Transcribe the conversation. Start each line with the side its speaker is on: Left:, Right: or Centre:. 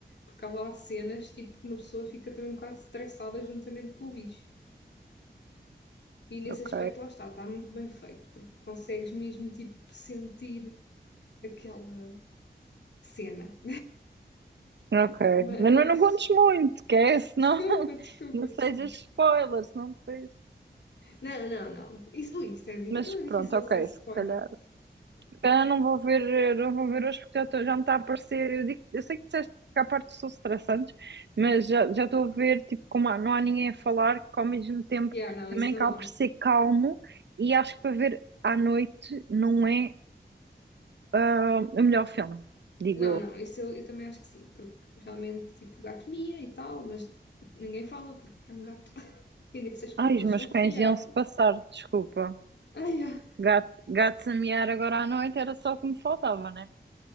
Left: Porque há lá cenas tipo que uma pessoa fica também um bocado estressada juntamente com o bicho. E nesse
Right: Ok.
Left: aspecto, lá está, está muito bem feito, porque consegues mesmo, tipo, sentir aquela cena.
Right: Ok,
Left: <laughs> Mas,
Right: mas não, não contes muito, que é, senão
Left: desculpa,
Right: <laughs>
Left: desculpa,
Right: não
Left: desculpa.
Right: sejas spoiler, senão depois.
Left: Não, não, não. Isso, ui, isso é, aquilo
Right: Mas pronto,
Left: é difícil
Right: ok,
Left: de ser spoiler.
Right: se calhar. Se calhar não vou ver, eh, não vou ver hoje porque já, tô- já me está a aparecer. Eu, digo, eu sei que disseste que há partes que são estressantes, mas já já estou a ver, tipo, como há- não há ninguém a falar, que ao mesmo tempo
Left: Yeah, não,
Right: também
Left: isso
Right: acaba
Left: não há.
Right: por ser calmo e acho que para ver à noite não é ah, o melhor filme, digo
Left: Não,
Right: eu.
Left: não, isso eu, eu também acho que sim, porque realmente, tipo, o gato mia e tal, mas ninguém fala porque é um gato. <laughs> E nesse aspecto
Right: Ai, os
Left: eles
Right: meus
Left: são
Right: cães
Left: fiáveis.
Right: iam-se passar, desculpa.
Left: Ai, ah, yeah.
Right: Gato, gatos a miar agora à noite era só o que me faltava, né?